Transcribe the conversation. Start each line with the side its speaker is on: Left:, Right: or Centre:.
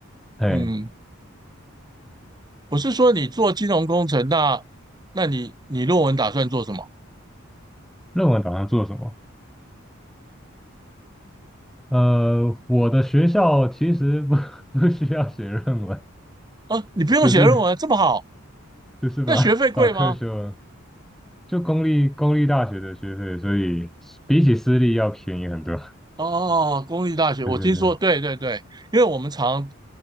Centre: 哎，
Right: 嗯，我是说你做金融工程，那那你你论文打算做什么？
Centre: 论文打算做什么？呃，我的学校其实不 <laughs> 不需要写论文，
Right: 啊，你不用写论文，
Centre: 就是
Right: 这么好，
Centre: 就是把把课修，
Right: 那学费贵吗？
Centre: 就公立公立大学的学费，所以比起私立要便宜很多。<laughs>
Right: 哦，哦哦公立大学，
Centre: 对对对，
Right: 我听说，对对对，因为我们常